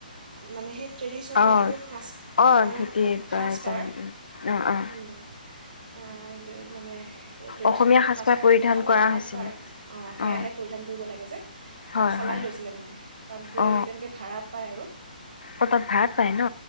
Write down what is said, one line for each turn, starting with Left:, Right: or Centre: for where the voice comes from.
Right: মানে সেই ট্ৰেডিশ্যনেল
Left: অ
Right: যিটো সাজ
Left: অ
Right: আমাৰ
Left: ধুতি
Right: সাজপাৰ,
Left: যাম অ অ
Right: উম্, আ মানে ট্ৰেডিচ্যনেল
Left: অসমীয়া
Right: যিটো সাজপাৰ,
Left: পৰিধান
Right: অসমীয়া
Left: কৰা
Right: সাজপাৰ
Left: হৈছিলে
Right: অঁ সেয়াহে
Left: অ
Right: পৰিধান কৰিব লাগে।
Left: হয়
Right: সলাই
Left: হয়
Right: লৈছিলে মানে, তাত গৈ
Left: অ
Right: তেনেকৈ ভাড়াত পায় আৰু,
Left: অ তাত ভাড়াত পায় ন